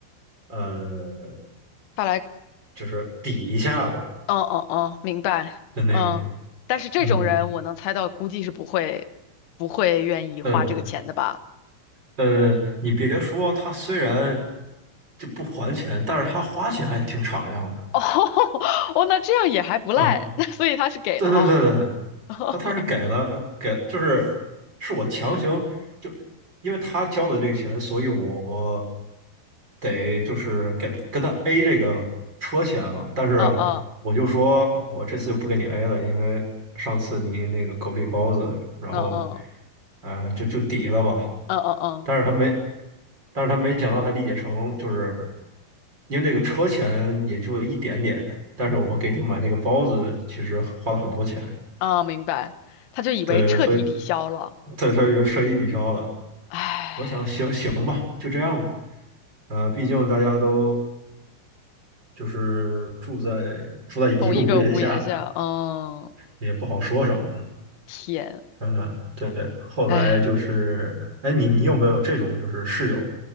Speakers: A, on the right; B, on the left.
A: 呃，
B: 看来，
A: 就是抵一下吧
B: 哦哦哦，明白，
A: 的那种。
B: 嗯，但是这种人我能猜到，
A: 嗯
B: 估计是不会不会愿意花这个钱的吧？
A: 嗯呃，你别说，他虽然就不还钱，但是他花钱还挺敞亮的。
B: 哦 <laughs> 哦，那这样也还不赖，
A: 嗯。
B: <laughs> 所以他是给了哦，
A: 对对对对，
B: <laughs>
A: 他他是给了给，就是是我强行就，因为他交的这个钱，所以我得就是给跟他 A 这个车钱吧。但是我就说我这次就不给你
B: 嗯嗯
A: A 了，因为上次你那个狗不理包子，然后
B: 嗯嗯
A: 呃就就抵了吧。
B: 嗯嗯嗯
A: 但是他没，但是他没想到他理解成就是。因为那个车钱也就一点点，但是我给你买那个包子，其实花了很多钱。
B: 嗯，明白，他就以为彻底抵消了，
A: 对，所以对，他就彻底抵消了。
B: 唉，
A: 我想，行行吧，就这样吧。呃，毕竟大家都就是住在住在一个屋檐下，
B: 同一个屋檐下，嗯。
A: 也不好说什么了。
B: 天，
A: 嗯，对。后来就是，
B: 哎，
A: 哎，你你有没有这种就是室友